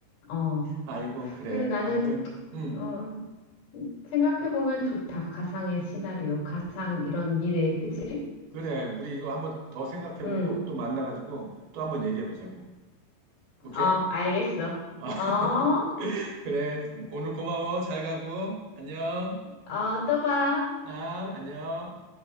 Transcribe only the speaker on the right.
아이고, 그래.
아무튼, 음.
그래, 우리 이거 한번 더 생각해보고
또 만나가지고 또 한번 얘기해보자고. 오케이?
아, <laughs>
그래. 오늘 고마워. 잘 가고. 안녕.
아, 안녕.